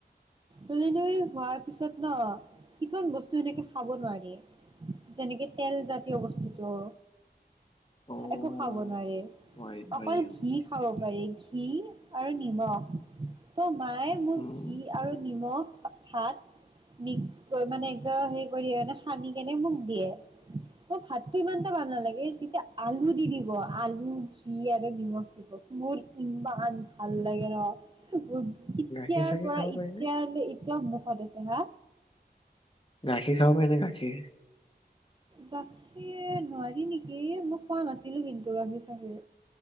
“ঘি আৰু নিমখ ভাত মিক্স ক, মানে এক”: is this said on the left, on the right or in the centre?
Right